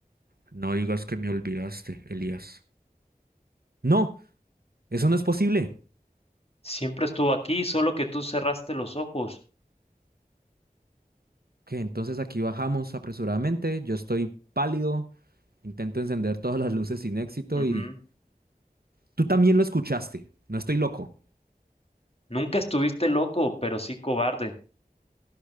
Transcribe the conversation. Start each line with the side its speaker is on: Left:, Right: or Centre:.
Right: No digas que me olvidaste, Elías. ¡No! ¡Eso no es posible!
Left: Siempre estuvo aquí, solo que tú cerraste los ojos.
Right: Que entonces aquí bajamos apresuradamente, yo estoy pálido, intento encender todas las luces sin éxito
Left: Ujú.
Right: y... Tú también lo escuchaste, no estoy loco.
Left: Nunca estuviste loco, pero sí cobarde.